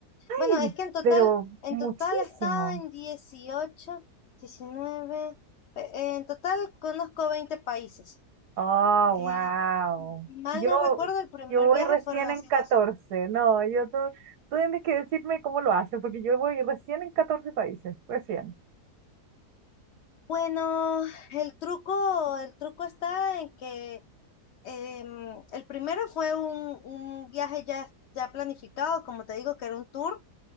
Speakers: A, on the right; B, on the left.
A: ¡Ay!
B: Bueno, es que en total,
A: Pero
B: en
A: muchísimo.
B: total he estado en 18, 19. eh, eh, en total conozco 20 países.
A: Oh,
B: Eh,
A: wow.
B: si mal
A: Yo,
B: no recuerdo, el primer
A: yo voy
B: viaje
A: recién
B: fueron así
A: en 14.
B: 12.
A: No, yo tú, tú tienes que decirme cómo lo haces, porque yo voy recién en 14 países, recién.
B: Bueno, el truco, el truco está en que em, el primero fue un, un viaje ya, ya planificado, como te digo, que era un tour.